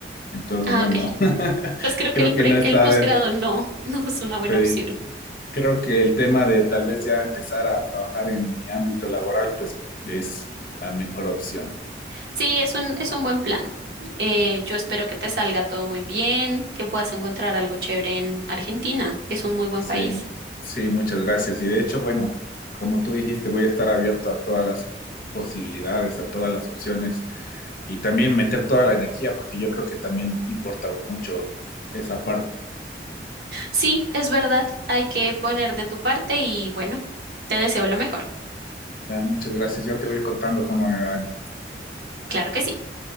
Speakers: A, on the left (about 50°); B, on the right (about 70°).
A: Entonces,
B: Ah,
A: bueno,
B: ok.
A: <laughs>
B: Pues creo
A: creo
B: que el, pre-
A: que no está
B: el posgrado
A: de-
B: no, <laughs> no es una buena
A: sí.
B: opción.
A: Creo que el tema de tal vez ya empezar a trabajar en mi ámbito laboral, pues es la mejor opción.
B: Sí, es un, es un buen plan. Eh, yo espero que te salga todo muy bien, que puedas encontrar algo chévere en Argentina. Es un muy buen
A: Sí,
B: país.
A: sí, muchas gracias. Y de hecho, bueno, como tú dijiste, voy a estar abierto a todas las posibilidades, a todas las opciones y también meter toda la energía, porque yo creo que también importa mucho esa parte.
B: Sí, es verdad. Hay que poner de tu parte y bueno, te deseo lo mejor.
A: Ya, muchas gracias. Yo te voy contando cómo me van.
B: Claro que sí.